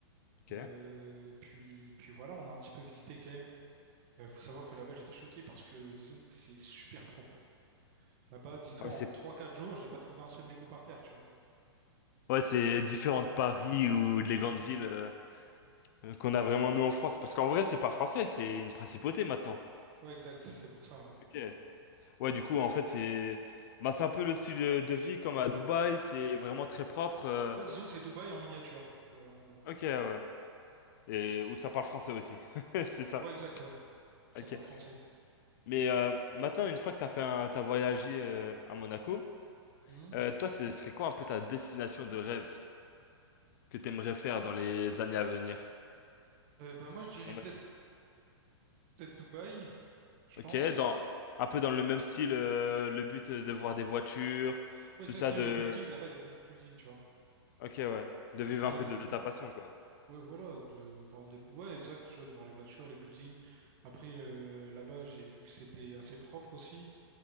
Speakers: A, on the left; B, on the right.
A: Ok.
B: Euh, puis, puis voilà, on a un petit peu visité quand même. Euh, faut savoir que là-bas, j'étais choqué parce que, disons que c'est super propre. Là-bas, dis-toi,
A: Ouais,
B: en
A: c'est
B: trois quatre jours, j'ai pas trouvé un seul mégot par terre, tu vois.
A: ouais, c'est différent de Paris ou de les grandes
B: Mhm.
A: villes euh, euh, qu'on a vraiment nous en France. Parce qu'en vrai, c'est pas français, c'est une principauté maintenant.
B: Ouais, exact. C'est pour ça. Ouais.
A: Ok. Ouais, du coup, en fait, c'est bah, c'est un peu le style de, de vie comme à Dubaï. C'est vraiment très propre. euh,
B: Ouais, disons que c'est Dubaï en miniature. Voilà, en gros.
A: Ok, ouais. Et où ça parle français aussi. <laughs> C'est ça.
B: Ouais, exact, ouais. Ça
A: Ok.
B: parle français.
A: Mais euh, maintenant, une fois que t'as fait un... t'as voyagé euh, à Monaco.
B: Mhm.
A: Euh, toi, ce serait quoi un peu ta destination de rêve que t'aimerais faire dans les années à venir?
B: Euh, bah, moi, je dirais
A: T'en
B: peut-être
A: as une.
B: peut-être Dubaï, je
A: Ok,
B: pense.
A: dans un peu dans le même style, euh, le but euh, de voir des voitures,
B: Ouais,
A: tout
B: exact.
A: ça
B: Même
A: de.
B: les buildings, là-bas, il y a beaucoup de buildings, tu vois.
A: Ok, ouais, de vivre
B: Même,
A: un peu de, de ta passion, quoi.
B: ouais, voilà, de voir les... Ouais, exact, tu vois, de voir les voitures, les buildings. Après, euh, là-bas, j'ai vu que c'était assez propre aussi.